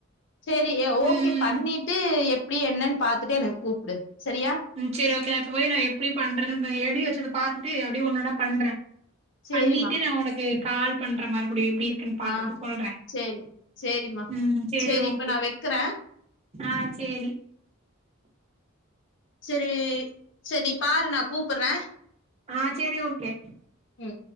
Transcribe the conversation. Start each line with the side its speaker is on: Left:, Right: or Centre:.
Left: சேரி ஓகே
Right: ம்
Left: பண்ணிட்டு எப்டி என்னன்னு பாத்துட்டு எனக்கு கூப்டு சரியா
Right: ம் செரி ஓகே நா இப்ப போய் நா எப்டி பண்றேன்னு எழுதி வச்சத பாத்துட்டு அப்டி ஒண்ணு ஒண்ணா பண்றே
Left: சேரிம்மா
Right: பண்ணிட்டு நா உனக்கு கால் பண்றே மறுபடியு எப்டி இருக்குன்னு பாத்துட்டு
Left: ஆ
Right: சொல்றே
Left: சேரி சேரிம்மா
Right: ம் சரி
Left: சேரி
Right: ஓகே
Left: இப்ப நா வெக்கிறே
Right: ஆ சேரி
Left: சரி சேரி நீ பாரு நா கூப்புறே
Right: ஆ சேரி ஓகே
Left: ம்